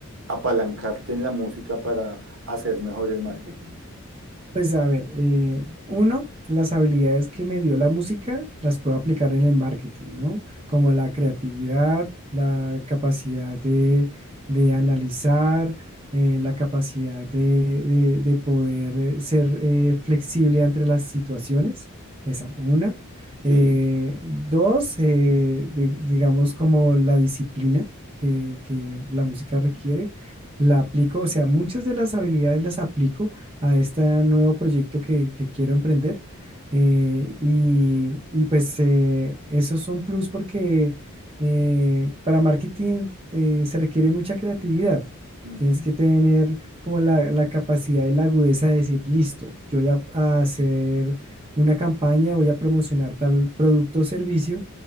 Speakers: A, on the right; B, on the right.
A: apalancarte en la música para hacer mejor el marketing?
B: Pues a ver, eh, uno, las habilidades que me dio la música las puedo aplicar en el marketing, ¿no? Como la creatividad, la capacidad de, de analizar, eh, la capacidad de, de- de poder eh, ser eh, flexible entre las situaciones. Esa, una. Eh,
A: Sí.
B: dos, eh, de- digamos como la disciplina que que la música requiere la aplico, o sea, muchas de las habilidades las aplico a este nuevo proyecto que, que quiero emprender. Eh, y, y pues eh, eso es un plus porque eh, para marketing eh, se requiere mucha creatividad.
A: Ujú.
B: Tienes que tener como la, la capacidad y la agudeza de decir, listo, yo voy a, a hacer una campaña, voy a promocionar tal producto o servicio